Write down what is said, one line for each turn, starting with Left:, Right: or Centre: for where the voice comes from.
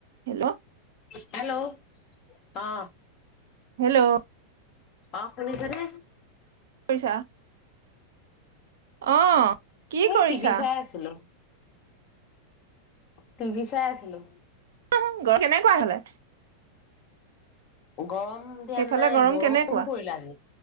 Right: Hello
Left: hello অ
Right: hello
Left: অ শুনিছেনে
Right: পইছা অ কি
Left: এই
Right: কৰিছা
Left: টিভি চাই আছিলো টিভি চাই আছিলো
Right: <unintelligible> ঘৰ কেনেকুৱা হলে
Left: গৰম ম দিয়া
Right: সেইফালে
Left: নাই
Right: গৰম
Left: বৰষুণ
Right: কেনেকুৱা
Left: পৰিলে আজি